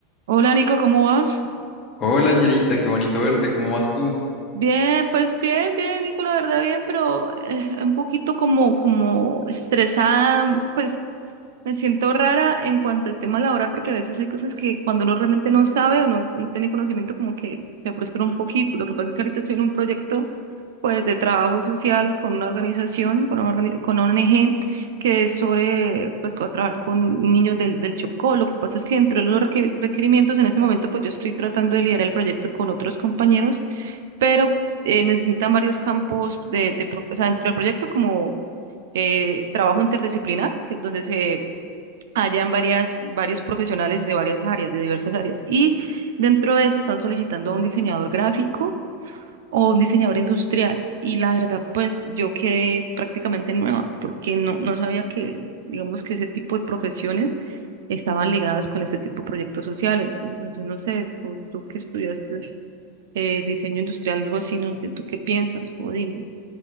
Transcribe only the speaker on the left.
Hola Yaritza, qué bonito verte, ¿cómo vas tú?